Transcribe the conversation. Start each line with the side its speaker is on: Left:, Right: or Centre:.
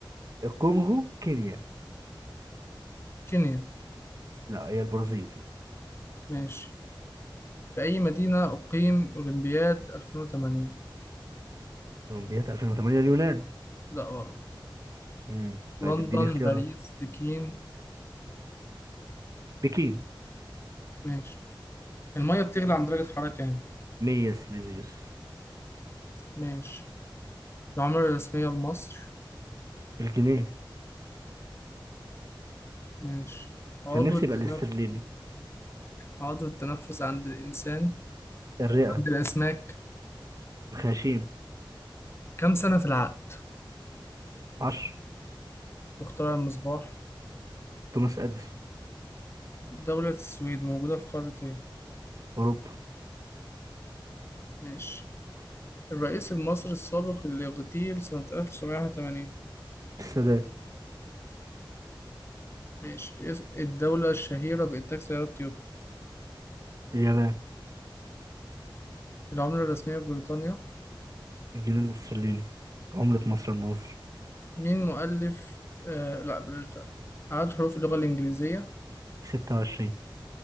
Right: الكونغو كينيا
Left: كينيا
Right: لا هي البرازيل
Left: ماشي في أي مدينة أقيم أولمبياد 2008
Right: اولمبياد 2008 اليونان
Left: لا غلط
Right: امم
Left: لندن
Right: طيب اديني اختيارات
Left: باريس بكين
Right: بكين
Left: ماشي المية بتغلي عند درجة حرارة كام
Right: 100 سليزيوس
Left: ماشي العملة الرسمية لمصر
Right: الجنيه
Left: ماشي عضو
Right: كان نفسي
Left: التنفس
Right: يبقى الاسترليني
Left: عضو التنفس عند الإنسان
Right: الرئة
Left: عند الأسماك
Right: الخياشيم
Left: كم سنة في العقد
Right: 10
Left: مخترع المصباح
Right: توماس اديسون
Left: دولة السويد موجودة في قارة إيه
Right: اوروبا
Left: ماشي الرئيس المصري السابق اللي اغتيل سنة 1981
Right: السادات
Left: ماشي اس- الدولة الشهيرة بإنتاج سيارات تويوتا
Right: اليابان
Left: العملة الرسمية في بريطانيا
Right: الجنيه الاسترليني عملة مصر المصري
Left: مين مؤلف آه لا بلاش ده عدد حروف اللغة الإنجليزية
Right: 26